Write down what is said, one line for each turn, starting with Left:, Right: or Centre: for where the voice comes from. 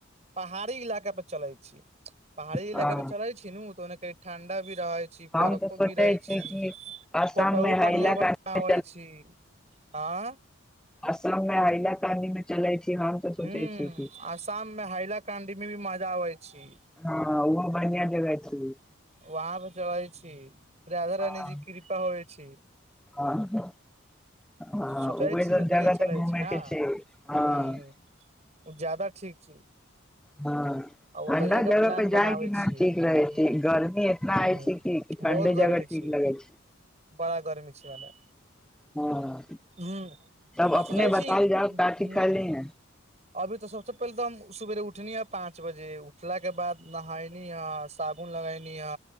Right: पहाड़ी इलाका पर चलै छी पहाड़ी इलाका
Centre: हँ
Right: पर चलै छी नु तऽ ओना कही ठंडा भी रहै छी
Centre: हम
Right: बर्फो
Centre: तऽ सोचै
Right: गिरै छी
Centre: कि असम
Right: फोटहु
Centre: मे
Right: बनि्हआ
Centre: हैलाकानी
Right: बनाबै छी आँ
Centre: असल मे अइना कानी मे चलै छी हम तऽ
Right: हूँ
Centre: सोचै छीयै कि
Right: आसाम मे हाइलाकांडी मे भी मजा आबै छी
Centre: हँ ओहो बनिया जगह छि
Right: वहाँ पे चलै छी राधा रानी
Centre: हँ
Right: जी कृपा होइ छि
Centre: हँ हँ
Right: सोचै
Centre: उहे
Right: छी
Centre: सब
Right: ओ तऽहि
Centre: जगह
Right: चलै
Centre: तऽ घूमे
Right: छी ना
Centre: के छै हँ
Right: ह्म ओ ज्यादा ठीक छै
Centre: हँ
Right: आ ओतहिएके
Centre: ठण्डा जगह
Right: प्लान
Centre: पे जाय
Right: बनाबै
Centre: कि न
Right: छी ह्म
Centre: ठीक रहे छै गर्मी इतना
Right: ह्म
Centre: होइ छै कि ठण्डे
Right: बहुत
Centre: जगह
Right: गर्मी
Centre: ठीक
Right: छी
Centre: लगै छै
Right: बड़ा गर्मी छी मने
Centre: हाँ
Right: हू
Centre: तब
Right: आ
Centre: अपने
Right: सोचैत
Centre: बतायल
Right: छी
Centre: जाउ
Right: हू
Centre: काथी खैली है
Right: अभी तऽ सबसँ पहिले त हम सुवेरे उठनि ह पाँंच बजे उठला के बाद नहायनी ह साबुन लगेनी ह